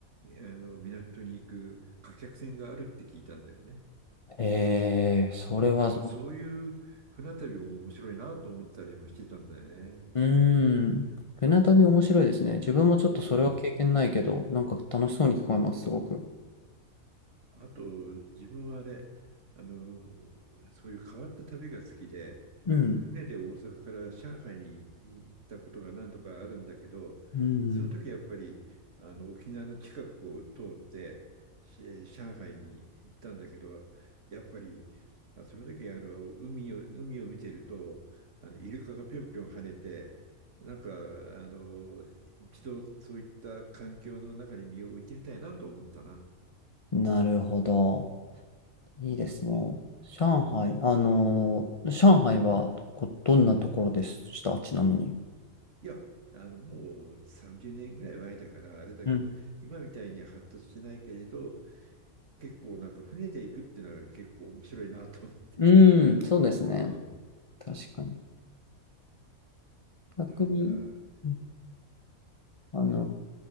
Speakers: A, on the right; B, on the left.
A: あの港に行く貨客船があるって聞いたんだよね。
B: えー、それは、
A: なんかそういう船旅も面白いなと思ったりもしてたんだよね。
B: うーん。船旅面白いですね。自分もちょっとそれは経験ないけど、
A: うん
B: なんか楽しそうに聞こえます、すごく。
A: あと、自分はあれ、あの、そういう変わった旅が好きで、
B: うん。
A: 船で大阪から上海に行ったことが何とかあるんだけど、
B: うん。
A: その時やっぱりあの沖縄の近くを通ってし上海に行ったんだけど、やっぱりあその時あの海を海を見ているとあのイルカがぴょんぴょん跳ねて、なんかあの一度そういった環境の中に身を置いてみたいなと思ったな。
B: なるほど。いいですね。上海、あのー上海はこどんなところでしたちなみに。
A: いや、あの、もう30年ぐらい前だからあれだけど、
B: うん。
A: 今みたいには発達してないけれど、結構なんか船で行くっていうのが結構面白いなと思って。
B: うん、そうですね。
A: うん。
B: 確かに。逆に、
A: だから、
B: うんあの、
A: で、